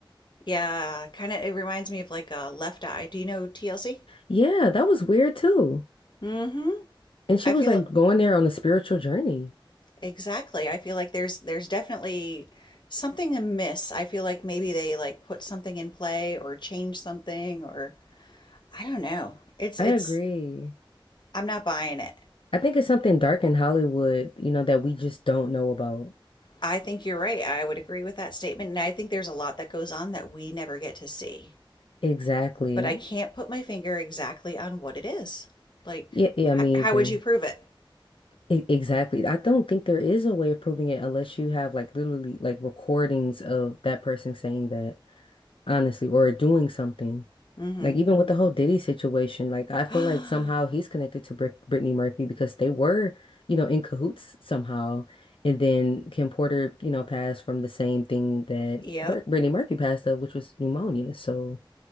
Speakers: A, on the left (about 55°); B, on the left (about 75°).
A: Yeah, kind of. It reminds me of like a Left Eye. Do you know TLC?
B: Yeah, that was weird too.
A: Mm-hmm.
B: And she
A: I
B: was
A: feel
B: like going there on a spiritual journey.
A: exactly. I feel like there's there's definitely something amiss. I feel like maybe they like put something in play or change something or I don't know. It's
B: I
A: it's
B: agree.
A: I'm not buying it.
B: I think it's something dark in Hollywood, you know, that we just don't know about.
A: I think you're right. I would agree with that statement and I think there's a lot that goes on that we never get to see.
B: Exactly.
A: But I can't put my finger exactly on what it is. Like
B: Yeah, yeah, me
A: h- how
B: either.
A: would you prove it?
B: E- exactly. I don't think there is a way of proving it unless you have like literally like recordings of that person saying that, honestly, or doing something.
A: Mm-hmm.
B: Like even with the whole Diddy situation, like I feel
A: <gasps>
B: like somehow he's connected to Brit Brittany Murphy because they were, you know, in cahoots somehow. And then Kim Porter, you know, passed from the same thing that
A: Yep.
B: Br Brittany Murphy passed of, which was pneumonia. So.